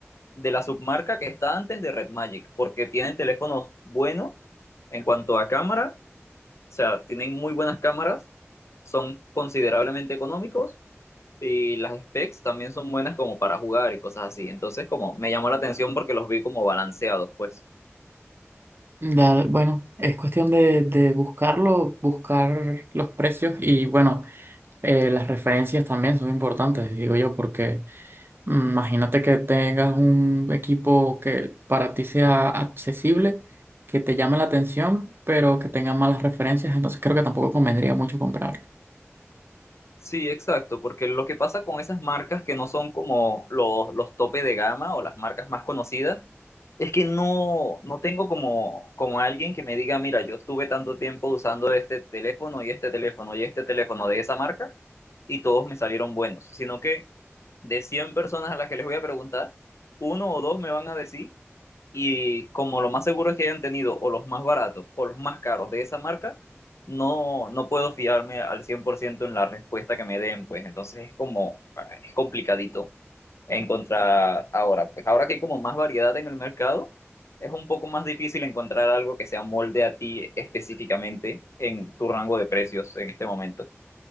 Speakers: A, on the left (about 70°); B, on the right (about 50°).
A: de la submarca que está antes de Red Magic, porque tienen teléfonos buenos en cuanto a cámara, o sea, tienen muy buenas cámaras, son considerablemente económicos Y las specs también son buenas como para jugar y cosas así. Entonces, como me llamó la atención porque los vi como balanceados, pues.
B: Dale, bueno, es cuestión de, de buscarlo, buscar los precios y bueno, eh, las referencias también son importantes, digo yo, porque Mm, Imagínate que tengas un equipo que para ti sea accesible, que te llame la atención, pero que tenga malas referencias, entonces creo que tampoco convendría mucho comprarlo.
A: Sí, exacto, porque lo que pasa con esas marcas que no son como los, los tope de gama o las marcas más conocidas, es que no, no tengo como, como alguien que me diga, mira, yo estuve tanto tiempo usando este teléfono y este teléfono y este teléfono de esa marca y todos me salieron buenos, sino que de 100 personas a las que les voy a preguntar, uno o dos me van a decir Y como lo más seguro es que hayan tenido o los más baratos o los más caros de esa marca, no, no puedo fiarme al 100% en la respuesta que me den, pues entonces es como, ah, es complicadito encontrar ahora. Pues ahora que hay como más variedad en el mercado, es un poco más difícil encontrar algo que se molde a ti específicamente en tu rango de precios en este momento.